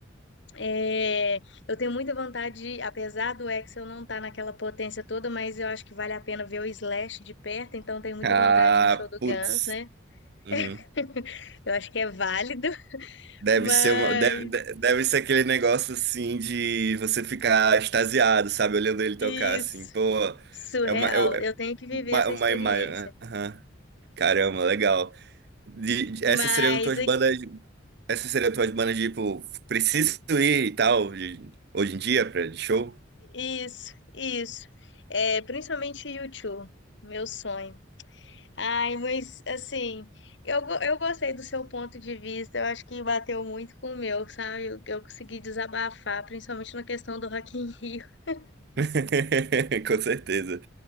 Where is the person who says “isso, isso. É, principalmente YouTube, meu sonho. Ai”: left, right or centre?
Left